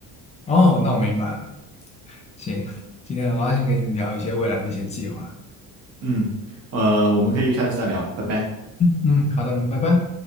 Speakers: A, on the left; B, on the right.
A: 哦，那我明白了。行，今天很高兴跟你聊一些未来的一些计划。
B: 嗯，呃，我们可以下次再聊，拜拜。
A: 嗯，好的，嗯拜拜。